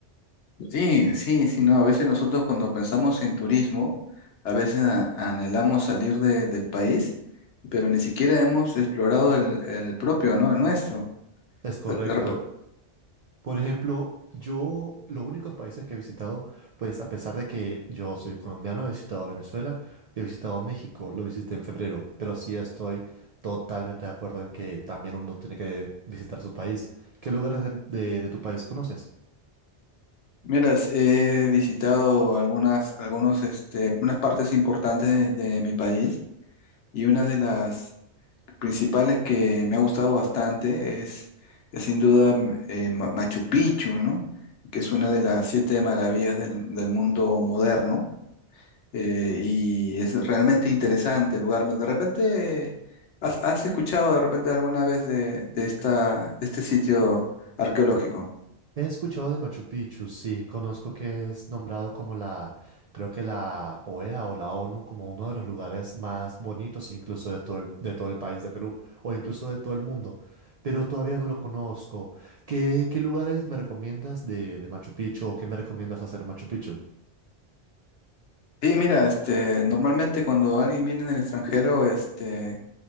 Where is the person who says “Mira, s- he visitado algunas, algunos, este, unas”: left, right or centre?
Left